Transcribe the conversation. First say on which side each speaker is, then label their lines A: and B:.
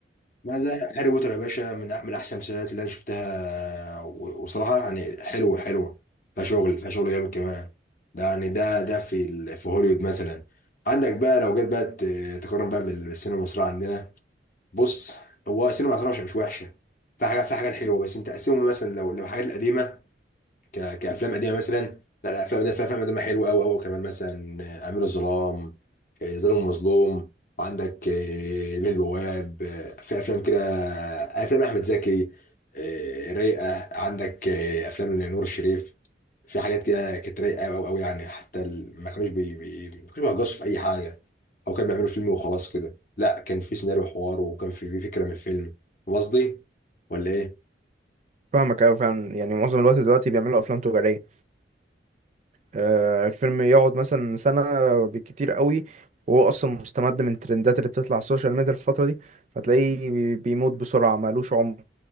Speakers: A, on the left (about 45°); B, on the right (about 40°).
A: لا ده هاري بوتر يا باشا من أح- من احسن المسلسلات اللي انا شفتها و- وصراحه يعني حلوه حلوه فيها شغل فيها شغل جامد كمان ده يعني ده ده في ال- في هوليوود مثلا عندك بقى لو جيت بقى ت- تقارن بقى بال- بالسينما المصريه عندنا بص هو السينما المصريه مش مش وحشه في حاجات في حاجات حلوه بس انت قسمهم مثلا لو لو الحاجات القديمه ك... كافلام قديمه مثلا لا الافلام دي افلام قديمه حلوه قوي قوي كمان مثلا آه، امير الظلام آه، ظالم ومظلوم وعندك آه، بيه البواب آه، في افلام كده آه، افلام احمد زكي آه، رايقه عندك آه، افلام لنور الشريف في حاجات كده كانت رايقه قوي قوي يعني حتى ال- ما كانوش بي... بي... ما كانوش بيهجصوا في اي حاجه او كانوا بيعملوا فيلم وخلاص كده لا كان في سيناريو وحوار وكان في في فكره من الفيلم فاهم قصدي ولا ايه؟
B: فاهمك قوي فعلا يعني معظم الوقت دلوقتي بيعملوا افلام تجاريه آه، الفيلم يقعد مثلا سنة بالكتير قوي وهو أصلا مستمد من الترندات اللي بتطلع على السوشيال ميديا الفترة دي فتلاقيه بي- بيموت بسرعة مالوش عمر